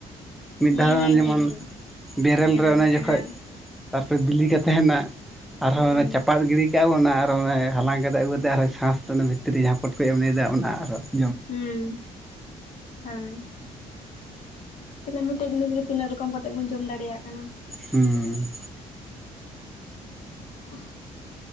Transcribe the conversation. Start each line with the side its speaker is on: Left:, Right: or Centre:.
Centre: ᱢᱤᱫ
Left: ᱦᱮᱸ
Centre: ᱫᱷᱟᱣ
Left: ᱦᱮᱸ
Centre: ᱡᱮᱢᱚᱱ
Left: ᱦᱮᱸ ᱦᱮᱸ
Centre: ᱵᱮᱨᱮᱞ
Left: ᱴᱷᱤᱠᱮ
Centre: ᱨᱮ
Left: ᱢᱮᱱ
Centre: ᱚᱱᱮ
Left: ᱠᱟᱜᱼᱟ
Centre: ᱡᱚᱠᱷᱚᱱ ᱛᱟᱨᱯᱚᱨᱮ ᱵᱤᱞᱤᱠᱟ ᱛᱟᱦᱮᱱᱟ ᱟᱨᱦᱚᱸ
Left: ᱦᱮᱸ ᱦᱮᱸ
Centre: ᱪᱟᱯᱟᱫ ᱜᱤᱰᱤᱤ ᱪᱤᱠᱟᱹ ᱵᱚᱱᱟ ᱟᱨᱚ ᱚᱱᱮ ᱦᱟᱞᱟᱝ ᱠᱟᱛᱮᱫ ᱟᱹᱜᱩ ᱠᱟᱛᱮ ᱟᱨᱚᱸ ᱥᱟᱥ ᱫᱚ ᱚᱱᱟ ᱵᱷᱤᱛᱨᱤ ᱨᱮ ᱯᱚᱴᱠᱚᱡ ᱮᱢ ᱞᱟᱹᱭ ᱮᱫᱟ ᱚᱱᱟ ᱟᱨ ᱦᱚᱸ
Left: ᱦᱮᱸ ᱦᱳᱭ ᱛᱟᱦᱚᱞᱮ ᱢᱤᱫᱴᱮᱡ ᱡᱤᱱᱤᱥ ᱜᱮ ᱛᱤᱱᱟᱹᱜ ᱨᱚᱠᱚᱢ ᱠᱟᱛᱮᱜ ᱵᱚᱱ ᱡᱚᱢ ᱫᱟᱲᱮᱭᱟᱜ ᱠᱟᱱᱟ
Centre: ᱦᱩᱸ
Left: ᱩᱸᱜ